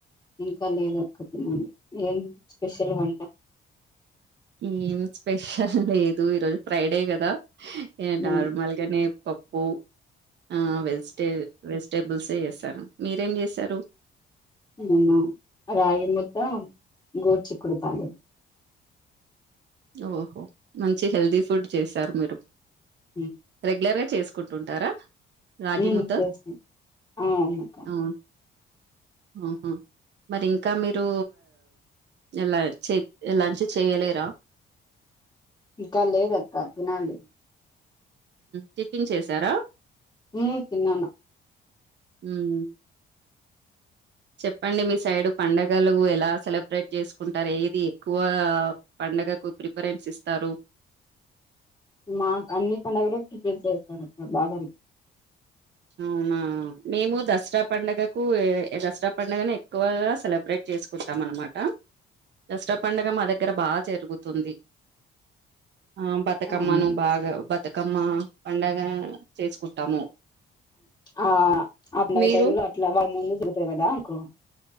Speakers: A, on the left (about 20°); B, on the right (about 60°).
A: ఇంకా లేదక్క తినలీ ఏం స్పెషల్ వంట
B: ఏం స్పెషల్ లేదు ఈరోజు ఫ్రైడే కదా
A: ఉమ్
B: నార్మల్ గనే పప్పు ఆ వెజిటే వెజిటేబుల్స్ే చేస్తాను మీరేం చేశారు
A: నినా రాగి ముద్ద గోడ్చిక్ క్కుడుకాయే
B: ఓహో మంచి హెల్దీ ఫుడ్ చేశారు మీరు
A: ఉమ్
B: రెగ్యులర్ గా చేసుకుంటుంటారా రాగి
A: ఉమ్
B: ముద్ద
A: చేస్తాం అవునక్క
B: అ ఆహా మరి ఇంకా మీరు ఎలా ఎలాంచ్ చేయలేరా
A: ఇంకా లేదక్క తినాలి
B: టిఫిన్ చేసారా
A: మ్ తిన్నను
B: మ్మ్ చెప్పండి మీ సైడు పండగలు ఎలా సెలబ్రేట్ చేసుకుంటారు ఏది ఎక్కువగా పండుగకు ప్రిఫరెన్స్ ఇస్తారు
A: మాక్ అన్ని పండుగలు ప్రిపేర్ చేస్తారు అక్క బాగా
B: అవునా మేము దసరా పండుగకు దసరా పండుగనే ఎక్కువగా సెలబ్రేట్ చేసుకుంటాం అనమాట దసరా పండగ మాద దగ్గర బాగా జరుగుతుంది ఆ బతుకమ్మను
A: అవును
B: బాగా బతుకమ్మ పండగ చేసుకుంటాము
A: ఆ అప్పన
B: మీరు
A: టైమ్ లో అట్లా వాళ్ళ ముందు చూతారు కదా అంకు